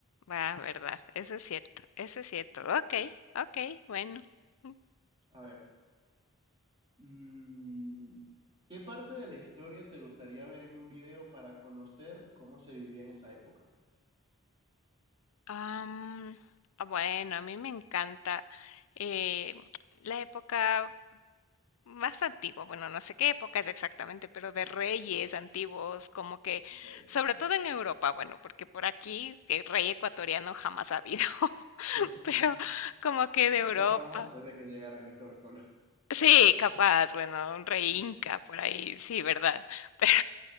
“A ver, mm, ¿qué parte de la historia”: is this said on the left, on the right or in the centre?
Right